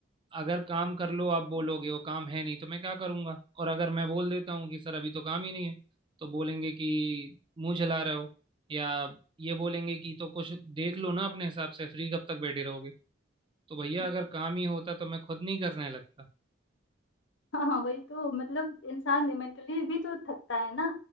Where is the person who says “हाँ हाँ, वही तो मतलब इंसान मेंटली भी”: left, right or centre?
Left